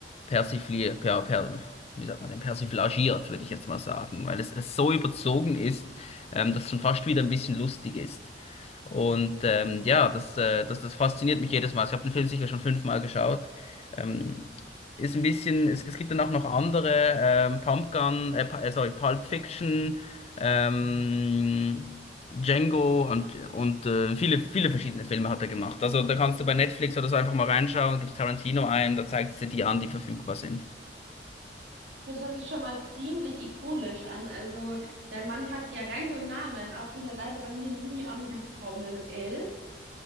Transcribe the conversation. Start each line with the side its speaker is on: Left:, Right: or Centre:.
Left: persifliert, per, per, wie sagt man denn, persiflagiert, würde ich jetzt mal sagen, weil es, es so überzogen ist, ähm, dass es schon fast wieder ein bisschen lustig ist. Und ähm, ja, das, äh, das, das fasziniert mich jedes Mal. Also Ich habe den Film sicher schon fünfmal geschaut. Ähm, ist ein bisschen, es, es gibt dann auch noch andere, ähm, Pumpgun, äh, Pu- äh, sorry, Pulp Fiction, ähm, Django und, und äh, viele, viele verschiedene Filme hat er gemacht. Also da kannst du bei Netflix oder so einfach mal reinschauen, gibst Tarantino ein, da zeigt es dir die an, die verfügbar sind.
Right: Das hört sich schon mal ziemlich ikonisch an. Also, der Mann hat ja Rang und Namen, auch wenn er leider bei mir nie angekommen ist.